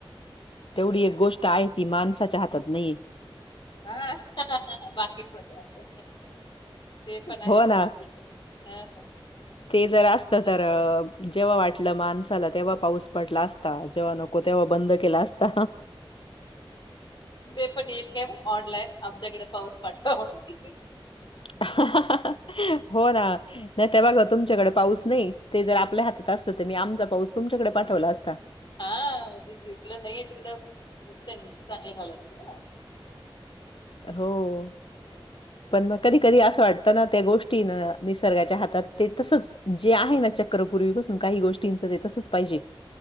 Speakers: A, on the left (about 70°); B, on the left (about 55°).
A: तेवढी एक
B: काय
A: गोष्ट
B: म्हणता?
A: आहे, ती माणसाच्या हातात नाहीये.
B: हा ह ह बाकी सगळं आहे, ते पण आहे
A: हो
B: खरं
A: ना.
B: हम्म ह. हा हा.
A: ते जर असत
B: आता
A: तर जेव्हा वाटलं माणसाला तेव्हा पाऊस पडला असता, जेव्हा नको तेव्हा बंद केला असता.
B: ते पण येईल काय, ऑनलाईन आमच्याकडे पाऊस पाठवा म्हणून.
A: हा हा हो ना, नायतर बघा तुमच्याकडे पाऊस नायी ते जर आपल्या हातात असतं तर मी आमचा पाऊस तुमच्याकडे पाठवला असता.
B: हा म्हणजे जिकड नाहीये तिकड च-चांगलं झालं असतं ना.
A: हो,
B: अं,
A: पण मग कधी कधी असं वाटतं ना त्या गोष्टीन निसर्गाच्या हातात ते तसच, जे आहे ना चक्र पूर्वीपासून काही गोष्टींच तसच
B: हम्म
A: पाहिजे,